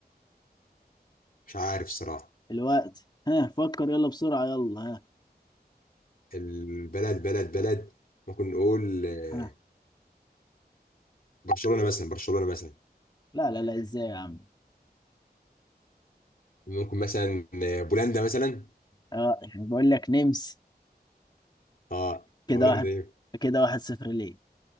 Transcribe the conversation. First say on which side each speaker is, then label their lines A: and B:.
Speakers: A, on the left; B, on the left.
A: مش عارف صراحة
B: الوقت ها فكر يلا بسرعة يلا ها
A: البلد بلد بلد ممكن نقول آه
B: ها
A: برشلونة مثلا برشلونة مثلا
B: لا لا لا ازاي يا عم
A: ممكن مثلا آه، بولندا مثلا
B: اه يعني بقول لك نمس
A: اه
B: كده
A: هولندا
B: واحد
A: دي
B: كده واحد صفر ليه